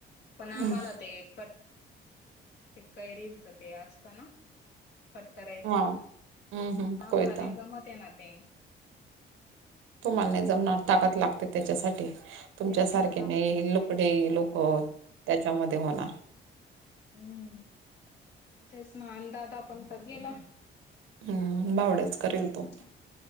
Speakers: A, on the left; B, on the right.
A: पण आम्हाला
B: हम्म
A: ते कट ते कैरींच ते असत ना कट करायचं
B: हा हम्म हम्म
A: आम्हाला
B: कोयता
A: नाही जमत आहे ना ते
B: तुम्हा नाही जमणार ताकद लागते त्याच्यासाठी तुमच्यासारखे
A: तेच ना ताकद
B: नाही
A: लागते
B: लुकडे लोक त्याच्यामध्ये होणार
A: हम्म तेच ना अंदादा पण तर गेला.
B: हम्म भावड्याच करेल तो.
A: मग